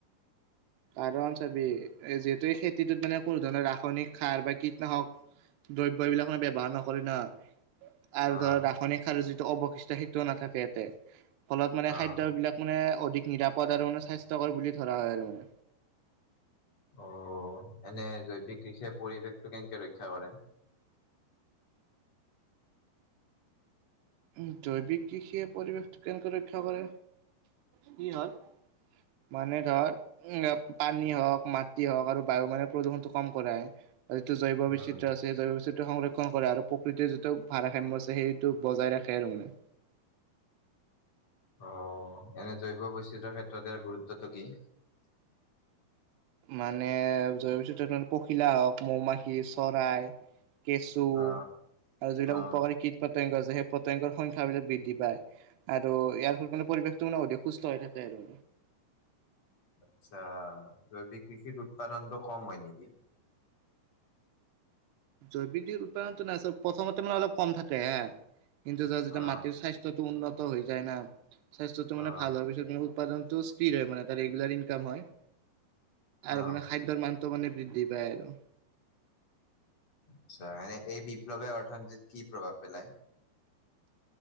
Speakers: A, on the right; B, on the left.
A: কাৰণ চাবি এ যিহেতু এই খেতিটোত মানে কোনো ধৰণৰ ৰাসায়নিক সাৰ বা কীটনাশক দ্ৰব্যবিলাক মানে ব্যয়ৱহাৰ নকৰে ন আৰু
B: অ',
A: ধৰ ৰাসায়নিক সাৰৰ যিটো অৱশিষ্ট সেইটোও নাথাকে ইয়াতে ফলত মানে
B: অ',
A: খাদ্যবিলাক মানে অধিক নিৰাপদ আৰু মানে স্বাস্থ্যকৰ বুলি ধৰা হয় আৰু মানে
B: অ এনে জৈৱিক কৃষিয়ে পৰিৱেশটো কেনেকে ৰক্ষা কৰে
A: উ জৈৱিক কৃষিয়ে পৰিৱেশটো কেনেকে ৰক্ষা কৰে কি হল মানে ধৰ উ আ পানী হওক মাটি হওক আৰু বায়ু মানে প্ৰদূষণটো কম কৰাই যিটো জৈৱ বৈচিত্ৰ
B: উম।
A: আছে সেই জৈৱ বৈচিত্ৰ সংৰক্ষণ কৰে আৰু প্ৰকৃতিৰ যিটো ভাৰসাম্য আছে সেইটো বজাই ৰাখ খে আৰু মানে
B: অ এনে জৈৱ বৈচিত্যৰ ক্ষেত্ৰত ইয়াৰ গুৰুত্বটো কি
A: মানে জৈৱ বৈচিত্ৰ্যটো পখিলা হওক মৌ মাখি চৰাই কেঁচু আৰু
B: অ
A: যিবিলাক
B: অ
A: উপকাৰী কীট পত্যাংগ যে সেই পত্যাংগৰ সংখ্যা বিলাক বৃদ্ধি পায় আৰু ইয়াৰ ফলত মানত পৰিৱেশটো মানে অধিক সুস্থ হৈ থাকে আৰু
B: আতচ্ছা জৈৱিক কৃষিত উৎপাদনতটো কম হয় নেকি
A: জৈৱিক দিৰ উৎপাদনতটো নাই চ প্ৰথমতে মানে অলপ কম থাকে হা কিন্তু যা যেতিয়া
B: অ
A: মাটিৰ স্বাস্থ্য টো উন্নত হৈ যায় না স্বাস্থ্যটো মানে
B: অ
A: ভাল হোৱাৰ পিছত মানে উৎপাদনতটো স্থিৰ হয় মানে তাত ৰেগুলাৰ ইনকাম হয় আৰু
B: অ
A: মানে খাদ্যৰ মানটো মানে বৃদ্ধি পায় আৰু
B: আচ্ছা এ এই বিপ্লৱে অৰ্থনীতিত কি প্ৰভাৱ পেলায়